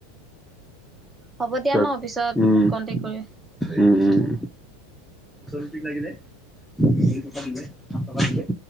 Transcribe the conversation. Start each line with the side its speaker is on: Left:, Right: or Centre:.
Right: হ'ব দিয়া
Centre: তাক
Right: ন পিছত
Centre: উম
Right: কন্টেক্ট কৰিম।
Centre: উম উম চপি লে পে পে <unintelligible>